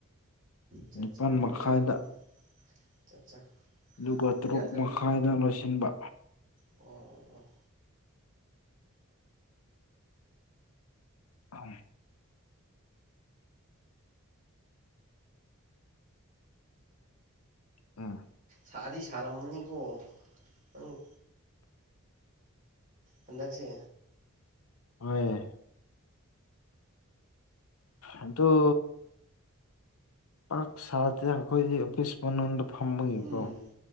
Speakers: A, on the right; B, on the left.
A: ꯆꯥ
B: ꯅꯤꯄꯥꯜ
A: ꯆꯥ ꯄꯨꯡ
B: ꯃꯈꯥꯏꯗ
A: ꯀꯌꯥꯗꯥ ꯃꯨꯛ ꯆꯥ ꯆꯥ
B: ꯑꯗꯨꯒ
A: ꯄꯨꯡ
B: ꯇꯔꯨꯛ
A: ꯀꯌꯥꯗ
B: ꯃꯈꯥꯏꯗ
A: ꯑꯃꯨꯛ
B: ꯂꯣꯏꯁꯤꯟꯕ
A: ꯑꯣ ꯑꯣ ꯑꯣ
B: ꯑꯍꯝ ꯎꯝ
A: ꯁꯥꯗꯤ ꯁꯥꯔꯝꯃꯅꯤꯀꯣ ꯅꯪ ꯍꯟꯗꯛꯁꯦ
B: ꯍꯣꯏ ꯑꯗꯣ ꯄꯥꯛ ꯁꯥꯗꯦꯅ ꯑꯩꯈꯣꯏꯗꯤ ꯑꯣꯐꯤꯁ ꯃꯅꯨꯡꯗ ꯐꯝꯕꯒꯤꯀꯣ
A: ꯎꯝ